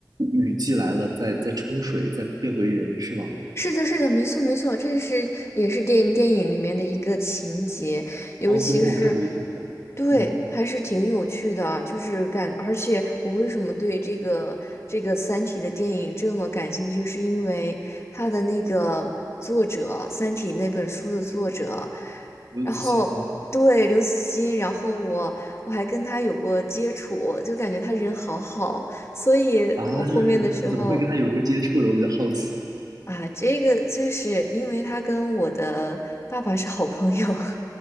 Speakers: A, on the right; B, on the left.
A: 雨季来了，再再冲水，再变回人，是吗？
B: 是的，是的，没错，没错，这是也是电电影里面的一个情节，尤其是，
A: 哦，对，那我看过一部分，
B: 对，
A: 嗯，
B: 还是挺有趣的，就是感，而且我为什么对这个这个《三体》的电影这么感兴趣，是因为他的那个作者，《三体》那本书的作者，
A: 刘慈欣吗？
B: 然后对刘慈欣，然后我我还跟他有过接触，就感觉他人好好，所以我后面的时候。
A: 啊，就是你怎么会跟他有过接触的？我比较好奇
B: 啊，这个就是因为他跟我的爸爸是好朋友，